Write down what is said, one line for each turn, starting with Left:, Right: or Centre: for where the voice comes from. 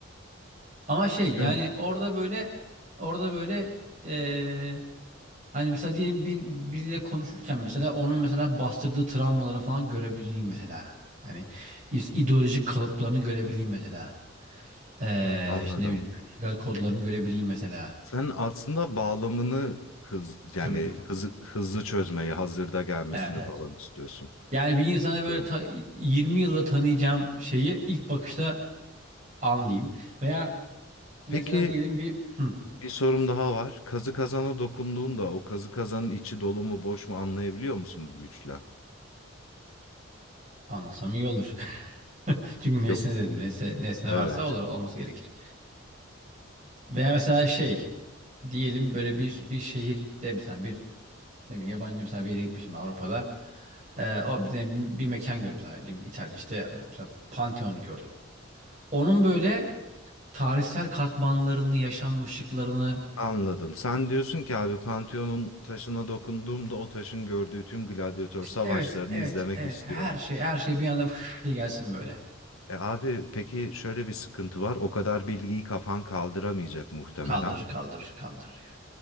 Right: Ama şey
Left: Yani
Right: yani orada böyle orada böyle e, hani mesela diyelim bir, biriyle konuşurken mesela onun mesela bastırdığı travmaları falan görebileyim mesela. Hani is- ideolojik kalıplarını görebileyim mesela. Ee,
Left: anladım.
Right: işte ne bileyim kültürel kodlarını görebileyim mesela.
Left: Sen aslında bağlamını hız
Right: Tabii
Left: yani
Right: bu-
Left: hızı, hızlı çözmeyi, hazırda gelmesini
Right: evet evet.
Left: falan istiyorsun.
Right: Yani bir insana böyle
Left: Anladım.
Right: ta- 20 yılda tanıyacağım şeyi ilk bakışta anlayayım. Veya mesela
Left: Peki
Right: diyelim bir hı,
Left: bir sorum daha var. Kazı kazana dokunduğunda o kazı kazanın içi dolu mu boş mu anlayabiliyor musun bu güçle?
Right: anlasam iyi olur. <laughs> Çünkü nesne
Left: Yok.
Right: dedim. Nesne, nesne
Left: Evet.
Right: varsa olur olması gerekir. Veya mesela şey diyelim böyle bir bir şehirde mesela bir ne bileyim yabancı mesela bir yere gitmişim Avrupa'da. Ee, o bir, bir mekan gördüm mesela diyelim İtalya'da işte mesela Pantheon'u gördüm. Onun böyle tarihsel katmanlarını, yaşanmışlıklarını
Left: Anladım. Sen diyorsun ki abi Pantheon'un taşına dokunduğumda o taşın gördüğü tüm gladyatör savaşlarını
Right: evet, evet,
Left: izlemek
Right: evet
Left: istiyorum.
Right: her şey her şey bir anda fış diye gelsin böyle.
Left: E abi peki şöyle bir sıkıntı var. O kadar bilgiyi kafan kaldıramayacak muhtemelen.
Right: Kaldırır, kaldırır, kaldırır ya.